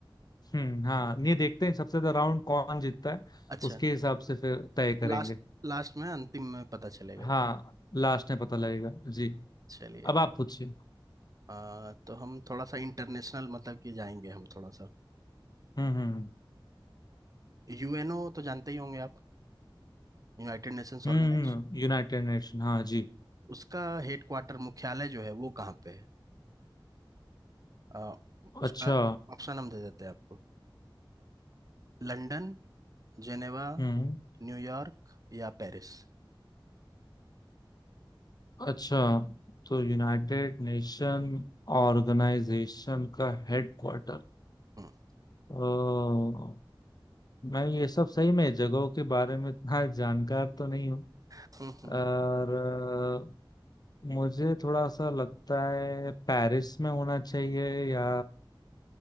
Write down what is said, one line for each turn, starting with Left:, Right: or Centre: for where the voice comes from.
Left: हम्म हाँ ये देखते हैं सबसे ज्यादा राउंड कौन जीतता है
Right: अच्छा
Left: उसके हिसाब से फिर तय करेंगे
Right: लास्ट लास्ट में अंतिम में पता चलेगा
Left: हाँ लास्ट में पता लगेगा जी
Right: चलिए
Left: अब आप पूछिए
Right: आ, तो हम थोड़ा सा इंटरनेशनल मतलब कि जाएंगे हम थोड़ा सा
Left: हम्म
Right: यूएनओ तो जानते ही होंगे आप यूनाइटेड नेशंस
Left: हम्म
Right: ऑर्गेनाइजेशन
Left: हम्म यूनाइटेड नेशन हाँ जी
Right: उसका हेडक्वार्टर मुख्यालय जो है वो कहाँ पे है आ, उसका
Left: अच्छा
Right: ऑप्शन हम दे देते हैं आपको लंदन जेनेवा
Left: हम्म
Right: न्यूयॉर्क या पेरिस
Left: अच्छा तो यूनाइटेड नेशन ऑर्गेनाइजेशन का हेडक्वार्टर
Right: हम्म
Left: ओ, मैं ये सब सही में जगहों के बारे में इतना <laughs> जानकार तो नहीं हूँ
Right: <laughs>
Left: और अ, मुझे थोड़ा सा लगता है पेरिस में होना चाहिए या